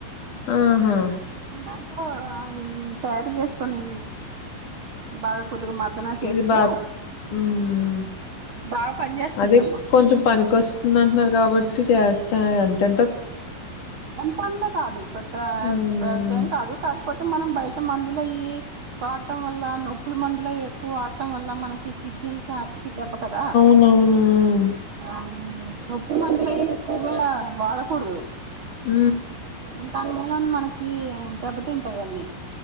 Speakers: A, on the left; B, on the right.
A: ఆహా
B: దాంతో అవి తయారు చేసుకొని బాగా కొద్దిగా మాత్ సాధనా చేస్తే
A: ఇది బా ఉమ్
B: బాగా పని చేస్తుందమ్మా
A: అదే కొంచెం పనికొస్తుంది అంటున్నారు కాబట్టి చేస్తా అంతె
B: ఊ ఎంతంతా కాదు పెద్ద
A: ఉమ్
B: పెద్ద ఏం కాదు కాకపోతే మనం బయట మందులయి వాడటం వల్ల నొప్పుల మందుల ఎక్కువ వాడటం వల్ల మనకి కిడ్నీకి ఆటి కి దబ్బ కదా
A: నవున
B: అవును నొప్పి మందులు ఏయి ఎక్కువ కూడ వాడకూడదు
A: ఊ
B: దాని మూలన మనకి దెబ్బతింటాయి అన్నీ